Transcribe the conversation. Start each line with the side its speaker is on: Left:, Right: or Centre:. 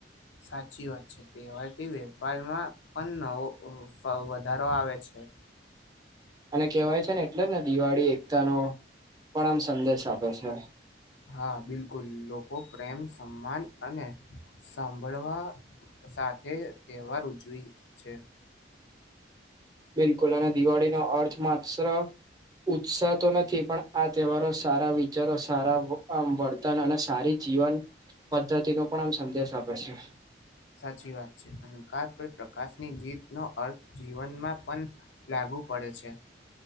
Left: સાચી વાત છે. તહેવારથી વેપારમાં પણ નવો વધારો આવે છે.
Right: અને કેહેવાય છે ને, એટલે ને દિવાળી એકતા નો પણ આમ સંદેશ આપે છે.
Left: હા! બિલકુલ. લોકો પ્રેમ, સમ્માન અને સાંભળવા સાથે તહેવાર ઉજવી છે.
Right: બિલકુલ અને દિવાળીનો અર્થ માત્ર ઉત્સાહ તો નથી. પણ આ તહેવારો સારા વિ ચરો સારા વર્તન અને સારી જીવન પદ્ધતિ નો પણ આમ સંદેશ આપે છે.
Left: સાચી વાત છે. અહંકાર પર પ્રકાશની જીતનો અર્થ જીવનમાં પણ લાગુ પડે છે.